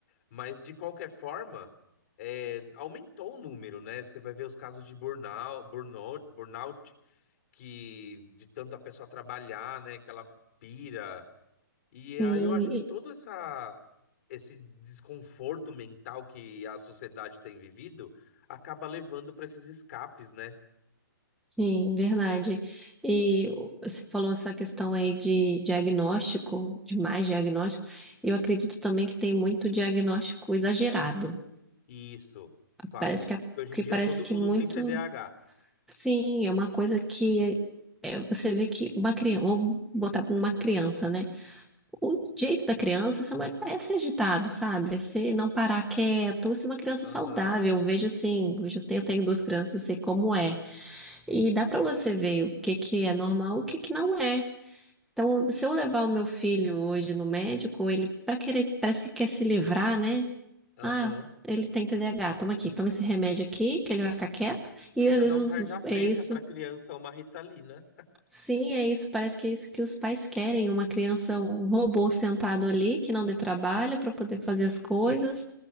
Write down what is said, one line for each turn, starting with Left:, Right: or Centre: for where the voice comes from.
Left: Mas de qualquer forma, é, aumentou o número, né? Você vai ver os casos de burnout, burnout, burnout que de tanto a pessoa trabalhar, né, que ela pira. E
Centre: sim,
Left: aí eu acho que
Centre: e-
Left: toda essa esse desconforto mental que a sociedade tem vivido acaba levando para esses escapes, né?
Centre: sim, verdade. E você falou essa questão aí de diagnóstico, de mais diagnóstico. Eu acredito também que tem muito diagnóstico exagerado.
Left: E Isso, fato.
Centre: Parece que, a-
Left: Hoje
Centre: que
Left: em dia
Centre: parece
Left: todo
Centre: que
Left: mundo
Centre: muito
Left: tem TDAH.
Centre: Sim, é uma coisa que é, você vê que uma criança, vamos botar numa criança, né? O jeito da criança é ser uma- é ser agitado, sabe? É ser não parar quieto, ser uma criança
Left: Aham,
Centre: saudável. Eu vejo assim, hoje eu tenho, eu tenho duas crianças, eu sei como é. E dá pra você ver o que que é normal, e o que que não é. Então, se eu levar o meu filho hoje no médico, ele para querer, parece que quer se livrar, né?
Left: aham.
Centre: Ah, ele tem T D A H toma aqui, toma esse remédio aqui, que ele vai ficar quieto. E
Left: Não,
Centre: às
Left: já
Centre: vezes
Left: dá um tarja
Centre: os-
Left: preta
Centre: é isso
Left: para criança uma Ritalina.
Centre: Sim, é isso. Parece que é isso que os pais querem, uma criança, um robô sentado ali, que não dê trabalho para poder fazer as coisas.